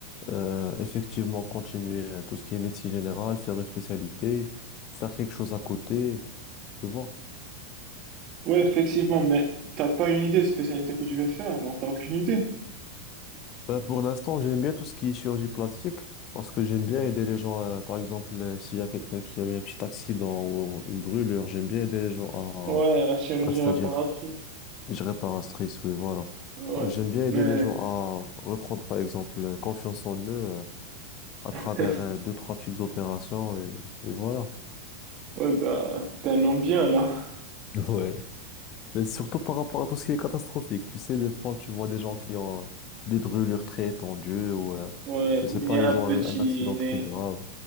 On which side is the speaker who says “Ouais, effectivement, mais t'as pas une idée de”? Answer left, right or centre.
Right